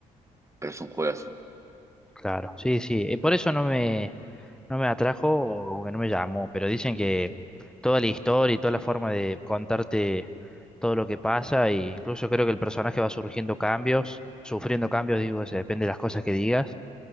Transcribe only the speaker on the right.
pero es un juegazo.